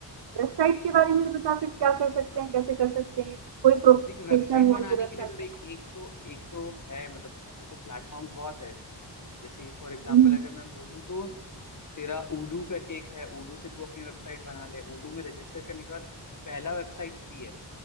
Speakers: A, on the right (about 70°); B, on the left (about 45°).
A: वेबसाइट के बारे में बता फिर क्या कर सकते
B: हाँ
A: हैं
B: हाँ
A: कैसे कर सकते हैं कोई प्रोफेशनल
B: देख वेबसाइट
A: हो
B: बनाने
A: तो वेबसाइट
B: के लिए तो
A: बना
B: देख एक तो एक तो है मतलब ऐसे तो प्लेटफॉर्म बहुत है जैसे फॉर एग्जांपल
A: हम्म।
B: अगर मैं बोलूँ तो तेरा उडू करके एक है उडू से तू अपनी वेबसाइट बना ले उडू में रजिस्टर करने के बाद पहला वेबसाइट फ्री है